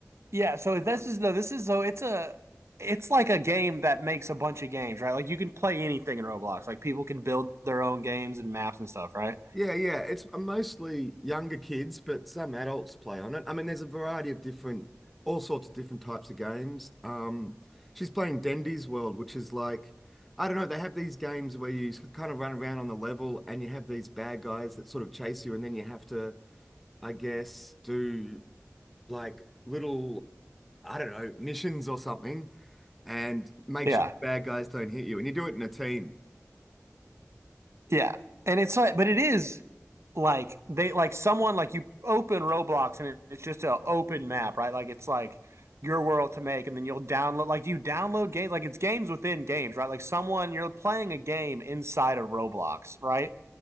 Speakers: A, on the right; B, in the centre.
A: yeah, so this is no, this is so it's a it's like a game that makes a bunch of games, right? Like you can play anything in Roblox. Like people can build their own games and maps and stuff, right?
B: Yeah, yeah. It's uh, mostly younger kids, but some adults play on it. I mean, there's a variety of different, all sorts of different types of games. Um, she's playing Dandy's World, which is like, I don't know, they have these games where you kind of run around on the level and you have these bad guys that sort of chase you, and then you have to, I guess, do like little, I don't know, missions or something. and make
A: Yeah,
B: sure the bad guys don't hit you. And you do it in a team.
A: yeah, and it's like, but it is. like they like someone like you open Roblox and it, it's just an open map, right? Like it's like your world to make, and then you'll download like you download games, like it's games within games, right? Like someone you're playing a game inside of Roblox, right?